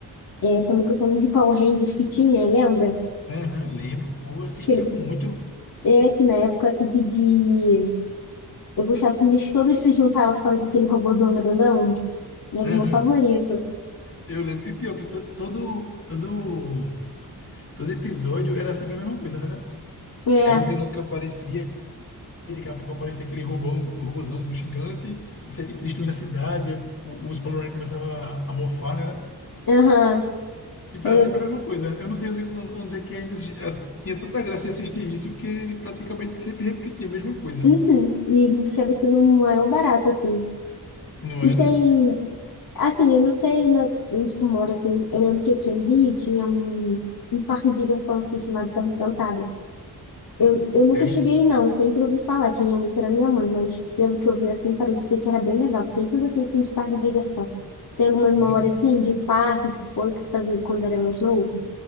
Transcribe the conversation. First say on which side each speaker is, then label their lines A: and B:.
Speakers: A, on the left (about 65°); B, on the left (about 40°).
A: é, também que eu chamo de Power Rangers que tinha, lembra?
B: Aham, lembro, pô, assistia
A: Que,
B: muito.
A: é, que na época, assim, que de... Eu gostava que eles todos se juntavam pra fazer aquele robôzão grandão, era
B: Aham,
A: o meu favorito.
B: eu lembro. E pior que to- todo, todo, todo episódio era sempre a mesma coisa, né? né?
A: É,
B: Era o vilão que aparecia, e daqui a pouco aparecia aquele robão, robozão gigante, e você, tipo, destruindo a cidade, e o- os Power Rangers começavam a a mofar, né? né?
A: aham,
B: E para
A: era...
B: sempre a mesma coisa. Eu não sei onde, onde é que ainda assisti- as- tinha tanta graça em assistir isso que praticamente sempre repetia a mesma coisa.
A: Uhum, e a gente achava aquilo um maior barato, assim.
B: Não
A: E
B: era?
A: tem Assim, eu não sei na- onde tu mora, assim, eu lembro que aqui no Rio tinha um, um parque de diversão assim, chamado Terra Encantada. Eu, eu nunca
B: Tem.
A: cheguei, não, sempre ouvi falar, quem ia muito era minha mãe, mas pelo que eu vi, assim, parecia que era bem legal. Sempre gostei, assim, de parque de diversão. Tem alguma memória,
B: De-
A: assim, de parque que tu foi, que tu fazia quando era mais novo?